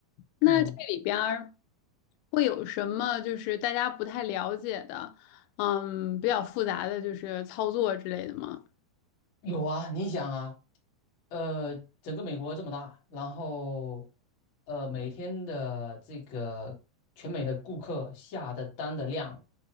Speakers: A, on the left; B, on the left.
A: 那这里边儿
B: 嗯。
A: 会有什么就是大家不太了解的，嗯，比较复杂的就是操作之类的吗？
B: 有啊，你想啊，呃，整个美国这么大，然后呃，每天的这个全美的顾客下的单的量，